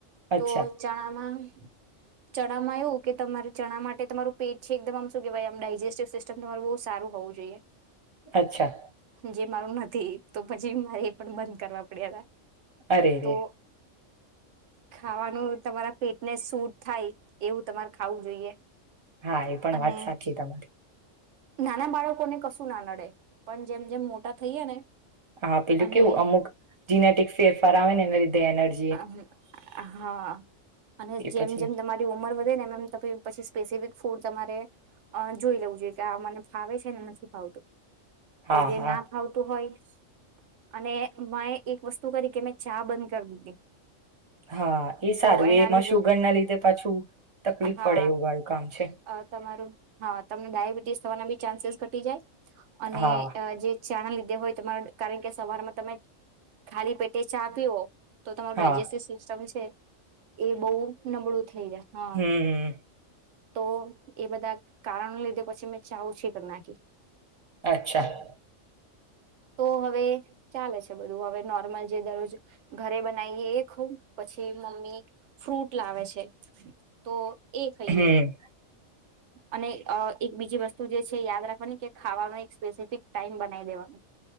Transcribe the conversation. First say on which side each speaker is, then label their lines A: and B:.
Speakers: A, on the right (about 70°); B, on the right (about 25°).
A: તો
B: અચ્છા
A: ચણામાં ચણામાં એવું કે તમારે ચણા માટે તમારું પેટ છે એકદમ આમ શું કેવાય આમ ડાયજેસ્ટિ સિસ્ટમ તમારે બહુ સારું હોવું જોઈએ.
B: અચ્છા.
A: જે મારું નથી તો પછી મારે એ પણ બંધ કરવા પડ્યા તા.
B: અરે
A: તો
B: રે
A: ખાવાનું તમારા પેટને સૂ થાય એવું તમારે ખાવું જોઈએ.
B: હા એ પણ
A: અને
B: વાત સાચી તમારી.
A: નાના બાળકોને કશું ના નડે પણ જેમ જેમ મોટા થઈયે ને
B: હા પેલું
A: અને
B: કેવું અમુક જીનેટીક્સે ફરાવેને એના લીધે એનર
A: હાજ હા. હા. અને
B: એ
A: જેમ
B: પછી
A: જેમ તમારી ઉમર વધે ને એમ તો પહી પછી સ્પેસિફિક ફૂડ જમારે અ જોઈ લેવું જોઈએ કે આ મને ફાવે છે ને નથી ફાવતું.
B: હા
A: તો જે
B: હા
A: ના ફાવતું હોય. અને મે એક વસ્તુ કરી કે મેં ચા બંધ કરી દીધી.
B: હા એ સારું
A: તો એના
B: એ એમાં
A: લીધે
B: શુગર ના લીધે પાછું તકલીફ
A: હા
B: પડે એવું વાળું કામ છે.
A: અ તમારું હા તમને ડાયાબિટીસ થવાના બી ચાન્સીસ ઘટી જાય અને
B: હા
A: અ જે ચા ના લીધે હોય તમાર કારણ કે સવારમાં તમે ખાલી પેટે ચા પીઓ તો તમારું
B: હા
A: ડાયજેસ્ટિવ સિસ્ટમ છે. એ બઉ નબળું થઈ જાય હા.
B: હમ
A: તો એ બધા કારણને લીધે પછી મે ચા ઓછી કરી નાખી.
B: અચ્છા.
A: તો હવે ચાલો છે બધું હવે નોર્મલ જે દરરોજ ઘરે બનાવીયે એ ખઉ પછી મમ્મી ફ્રૂટ લાવે છે. તો એ ખઈયે.
B: હમ
A: અને અ એક બીજી વસ્તુ જે છે યાદ રાખવાની કે ખાવામા એક સ્પેસિફિક ટાઈમ બનાવી દેવાનું